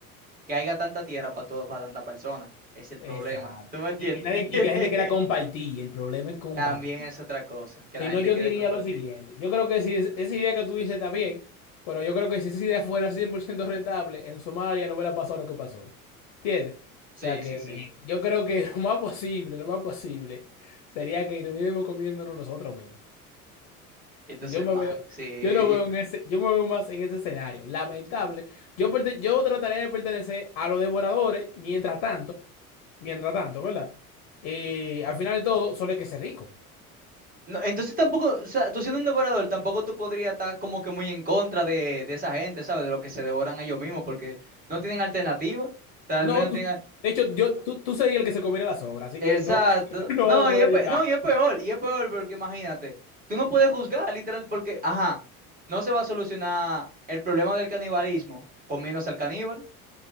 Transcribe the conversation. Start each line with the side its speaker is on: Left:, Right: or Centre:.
Right: que haya tanta tierra para todo, para tanta persona. Es el
Left: exacto.
Right: problema. ¿Tú me entiendes?
Left: Y que nadie,
Right: <laughs>
Left: y que la gente quiera compartir, el problema es compartir.
Right: También es otra cosa, que
Left: Si
Right: la gente
Left: no, yo
Right: quiere
Left: diría
Right: compartir.
Left: lo siguiente, yo creo que si es- esa idea que tú dices está bien, pero yo creo que si esa idea fuera 100% rentable, en Somalia no hubiera pasado lo que pasó. ¿Entiendes? O
Right: Sí,
Left: sea que
Right: sí, sí.
Left: yo creo que <laughs> lo más posible, lo más posible, sería que estuviéramos comiéndonos nosotros mismos.
Right: Entonces,
Left: Yo me
Right: ma,
Left: veo,
Right: sí. y-
Left: yo no veo
Right: y-
Left: en ese, yo me veo más en ese escenario. Lamentable. Yo, perte- yo trataré de pertenecer a los devoradores mientras tanto, mientras tanto, ¿verdad? Eh, al final de todo, solo el que se rico.
Right: No, entonces tampoco, o sea, tú siendo un devorador, tampoco tú podrías estar como que muy en contra de, de esa gente, ¿sabes? De lo que se devoran a ellos mismos, porque no tienen alternativa. Tal
Left: No,
Right: vez no
Left: tú-
Right: tienen.
Left: de hecho, yo, tú, tú serías el que se comiera las obras, así
Right: Exacto.
Left: que no, <laughs> no
Right: No,
Left: vamos a
Right: y
Left: poner
Right: es pe-
Left: a llorar.
Right: no, y es peor, y es peor porque imagínate, tú no puedes juzgar literal porque, ajá, no se va a solucionar el problema del canibalismo comiéndose al caníbal.